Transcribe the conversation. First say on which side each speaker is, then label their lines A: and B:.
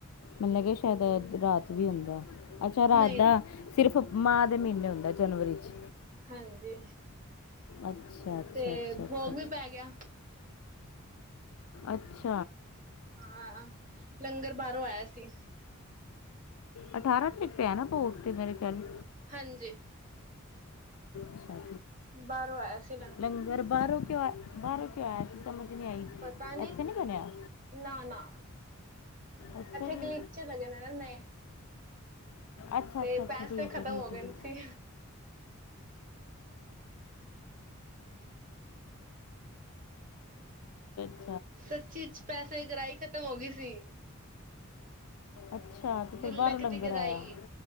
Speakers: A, on the left; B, on the right.
A: ਮੈਨੂੰ ਲਗਿਆ ਸ਼ਾਇਦ ਰਾਤ ਵੀ ਹੁੰਦਾ ਅੱਛਾ ਰਾਤ
B: ਨਹੀਂ
A: ਦਾ ਸਿਰਫ ਮਾਂਹ ਦੇ ਮਹੀਨੇ ਹੁੰਦਾ ਜਨਵਰੀ 'ਚ
B: ਹਾਂਜੀ
A: ਅੱਛਾ ਅੱਛਾ
B: ਤੇ
A: ਅੱਛਾ ਅੱਛਾ
B: ਭੋਗ ਵੀ ਪੈ ਗਿਆ
A: ਅੱਛ
B: ਹਾਂ ਲੰਗਰ ਬਾਰੋਂ ਆਇਆ ਸੀ।
A: ਅਠਾਰਾਂ ਤਰੀਕ ਪਿਆ ਨਾ ਭੋਗ ਤੇ ਮੇਰੇ ਖਿਆਲ
B: ਹਾਂਜੀ।
A: ਅੱਛਾ
B: ਬਾਹਰੋਂ ਆਇਆ ਸੀ
A: ਲੰਗਰ ਬਾਰੋਂ ਕਿਊ ਬਾਹਰੋਂ ਕਿਊ ਆਇਆ ਸੀ ਸਮਝ ਨਹੀਂ ਆਈ
B: ਪਤਾ ਨੀ
A: ਇੱਥੇ ਨਹੀਂ ਬਣਿਆ
B: ਨਾ-ਨਾ
A: ਅੱਛਾ
B: ਇੱਥੇ
A: ਜੀ
B: ਗਲੀਚੇ ਲੱਗਣੇ ਨਾ ਨਏ।
A: ਅੱਛਾ-ਅੱਛਾ
B: ਤੇ
A: ਅੱਛਾ
B: ਪੈਸੇ
A: ਠੀਕ
B: ਖਤਮ
A: ਏ ਠੀਕ
B: ਹੋ ਗਏ
A: ਏ
B: ਸੀ
A: <unintelligible> <unintelligible>
B: ਸੱਚੀ ਚ ਪੈਸੇ ਗਰਾਈ ਖਤਮ ਹੋ ਗੀ ਸੀ।
A: ਅੱਛਾ ਤੇ ਫਿਰ
B: ਗੁਲਕ
A: ਬਾਹਰੋਂ ਲੰਗਰ
B: ਦੀ ਗਰਾਈ
A: ਆਇਆ